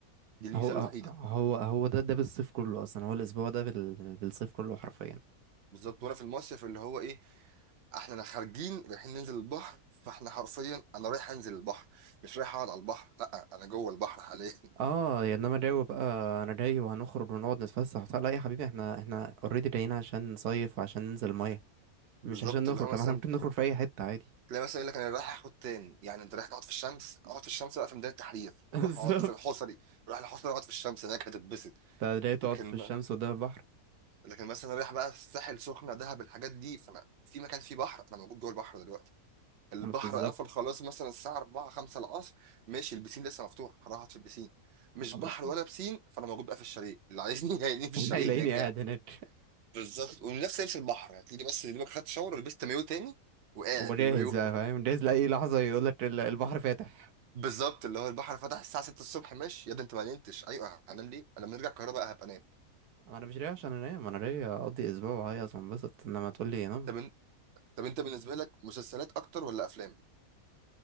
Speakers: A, on the right; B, on the right.
A: دي الميزه
B: هو
A: الوحيده
B: هو هو ده ده بالصيف كله اصلا هو الاسبوع ده بال... بالصيف كله حرفيا
A: بالظبط وانا في المصيف اللي هو ايه احنا خارجين رايحين ننزل البحر فاحنا حرفيا انا رايح انزل البحر مش رايح اقعد على البحر لا انا جوه البحر حاليا <laughs>
B: اه يا انما جو بقى انا جاي وهنخرج ونقعد نتفسح وبتاع لا يا حبيبي احنا احنا اوريدي جايين عشان نصيف وعشان ننزل الميه
A: بالظبط
B: مش عشان نخرج
A: اللي هو
B: طب
A: مثلا
B: احنا ممكن نخرج في اي حته عادي
A: تلاقي مثلا يقول لك انا رايح اخد تان يعني انت رايح تقعد في الشمس اقعد في الشمس بقى في ميدان التحرير
B: <laughs> بالظبط
A: روح اقعد في الحصري روح الحصري اقعد في الشمس هناك هتتبسط
B: انت جاي تقعد
A: لكن
B: في الشمس قدام البحر
A: لكن مثلا رايح بقى الساحل سخنه دهب الحاجات دي فانا في مكان فيه بحر انا موجود جوه البحر دلوقتي البحر
B: بالظبط
A: قفل خلاص مثلا الساعه 4 5 العصر ماشي البسين لسه مفتوح راحت في البسين
B: <laughs>
A: مش
B: أما-
A: بحر ولا بسين فانا موجود بقى في الشاليه اللي عايزني <laughs> يعني في الشاليه
B: هيلاقيني
A: هناك
B: قاعد
A: قاعد
B: هناك
A: بالظبط ونفس لبس البحر هتلاقي بس يا دوبك خدت شاور ولبست مايو تاني
B: <laughs>
A: وقاعد
B: وجاهز
A: بالمايو
B: بقى فاهم جاهز لأي لحظة يقولك ال- البحر فاتح
A: بالظبط اللي هو البحر فتح الساعه 6 الصبح ماشي يا ده انت ما نمتش ايوه هنام ليه انا لما نرجع القاهره بقى هبقى انام
B: ما انا مش ليا عشان انام انا ليا اقضي اسبوع وهيص وانبسط انما تقول لي نام
A: طب إن- طب انت بالنسبه لك مسلسلات اكتر ولا افلام